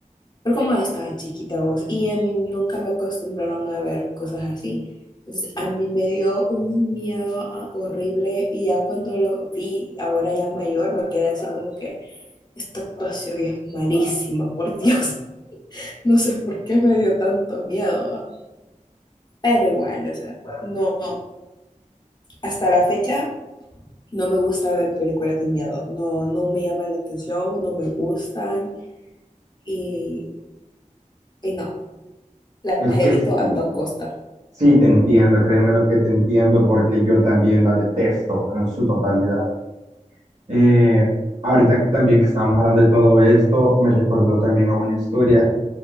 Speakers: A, on the left; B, on the right.
A: pero como estaba chiquita vos y a mí nunca me acostumbraron a ver cosas así. Entonces, a mí me dio un miedo ah, horrible y ya cuando lo vi, ahora ya mayor, me quedé así como que esta actuación es malísima, por Dios. No sé por qué me dio tanto miedo, ¿va? pero igual, o sea, no, hasta la fecha no me gusta ver películas de miedo, no, no me llaman la atención, no me gustan y, y no, las
B: Es
A: evito
B: que sí.
A: a toda costa.
B: Sí, te entiendo, créeme lo que te entiendo porque yo también la detesto en su totalidad. Eh, ahorita también que estamos hablando de todo esto, me recordó también a una historia.